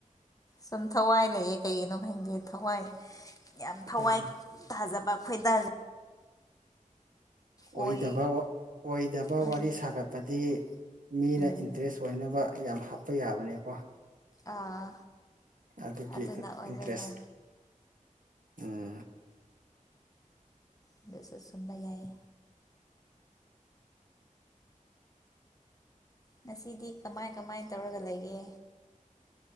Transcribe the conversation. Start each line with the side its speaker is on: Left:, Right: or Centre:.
Left: ꯁꯨꯝ ꯊꯋꯥꯏ ꯂꯩꯌꯦ ꯀꯩꯒꯤꯅꯣ ꯈꯪꯗꯦ ꯊꯋꯥꯏ ꯌꯥꯝ ꯊꯋꯥꯏ
Right: ꯍꯥꯏꯅ
Left: ꯇꯥꯖꯕ ꯈꯣꯏꯗꯖ ꯑꯣꯏ
Right: ꯑꯣꯏꯗꯕ ꯑꯣꯏꯗꯕ
Left: ꯎꯝ
Right: ꯋꯥꯔꯤ ꯁꯥꯒꯠꯄꯗꯤ ꯃꯤꯅ
Left: ꯎꯝ
Right: ꯏꯟꯇ꯭ꯔꯦꯁ ꯑꯣꯏꯅꯕ ꯌꯥꯝ ꯍꯥꯞꯄ ꯌꯥꯕꯅꯦꯀꯣ
Left: ꯑꯥ
Right: ꯑꯗꯨꯒꯤ
Left: ꯑꯗꯨꯅ ꯑꯣꯏꯕꯩꯔꯥ
Right: ꯏꯟꯇ꯭ꯔꯦꯁ ꯎꯝ
Left: ꯑꯗꯨꯁꯨ ꯆꯨꯝꯕ ꯌꯥꯏ ꯉꯁꯤꯗꯤ ꯀꯃꯥꯏ ꯀꯃꯥꯏ ꯇꯧꯔꯒ ꯂꯩꯒꯦ